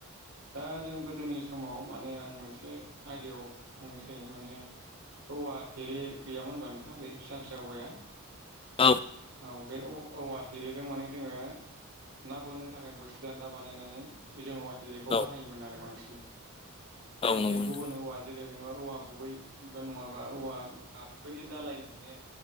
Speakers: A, on the right; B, on the left.
A: दा जों गोदोनि समाव माने आं मोनसे आयदायाव थांनोसै माने औवा थेरे गैयामोनबा नोंथां बे फिसा फिसा औवाया
B: औ
A: औ बे औवा थेरे जों माने जोङो ना बोननो थाखाय बोरसि दान्दा बानायनानै जोङो थेरेखौ
B: औ
A: बाहायोमोन आरो बांसिन
B: औ
A: माने
B: नंगौ
A: गुबुन
B: नोंथां
A: औवा जे जेरै नोङो औवा गुबै बा नङाबा औवा बुर्खा बेफोरनि दालाय माने